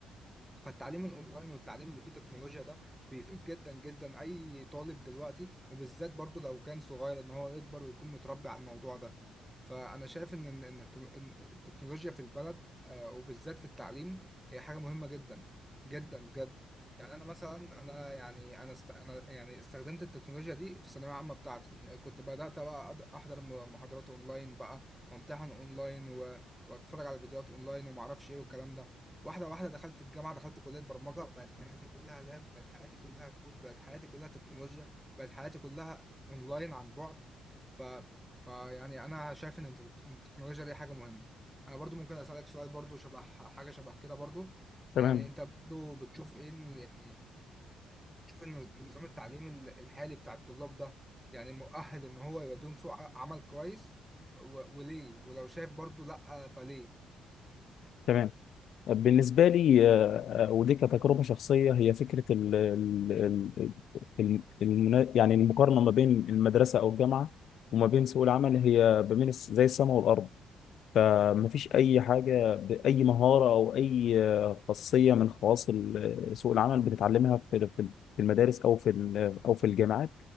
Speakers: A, in the centre; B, on the left (about 70°).
A: فالتعليم الاونلاين والتعليم اللي فيه تكنولوجيا ده بيفيد جدا جدا اي طالب دلوقتي وبالذات برضو لو كان صغير ان هو يكبر ويكون متربي على الموضوع ده فانا شايف ان ان إن التل- إن التكنولوجيا في البلد آه، وبالذات في التعليم هي حاجة مهمة جدا جدا بجد يعني انا مثلا انا يعني انا است... انا يعني استخدمت التكنولوجيا دي في الثانويه العامه بتاعتي كنت بدات بقى أد- احضر م- محاضرات اونلاين بقى وامتحن اونلاين و... واتفرج على فيديوهات اونلاين وما اعرفش ايه والكلام ده واحدة واحدة دخلت الجامعة دخلت كلية برمجة بقت حياتي كلها لاب بقت حياتي كلها كود بقت حياتي كلها تكنولوجيا بقت حياتي كلها اونلاين عن بعد ف... ف يعني انا شايف ان الت- التكنولوجيا دي حاجة مهمة انا برضو ممكن اسألك سؤال برضو شبه حاجة شبه كده برضو يعني
B: تمام
A: انت برضو بتشوف ايه إن- يعني بتشوف ان النظام التعليمي ال- الحالي بتاع الطلاب ده يعني مؤهل ان هو يوديهم سوق ع- عمل كويس و... وليه ولو شايف برضو لا فليه
B: تمام بالنسبة لي آه، آه، ودي كتجربة شخصية هي فكرة ال ال ال ال- المنا- يعني المقارنة ما بين المدرسة أو الجامعة وما بين سوق العمل هي ما بين الس- زي السماء والأرض فمفيش أي حاجة بأي مهارة أو أي خاصية من خواص ال- سوق العمل بتتعلمها في في في المدارس أو في ال- أو في الجامعات